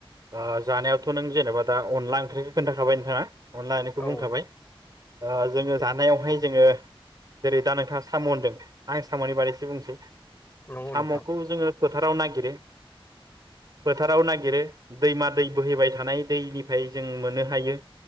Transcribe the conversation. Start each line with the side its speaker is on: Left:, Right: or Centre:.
Right: ओ जानायाव थ नों जेनबा अनला ओंख्रिखौ खोन्थाखाबाय नोंथाङा। अनलानायखौ
Left: औ
Right: बुंखाबाय ओ जोङो जानायावहाय जोङो जेरै दा नोंथाङा साम होनदों आं साम नि बागै एसे बुंनोसै।
Left: नंगौ
Right: साम
Left: नोंथां
Right: खौ जोङो फोथाराव नागिरो। फोथाराव नागिरो दैमा दै बोहैबाय थानाय दैनिफ्राय जों मोननो हायो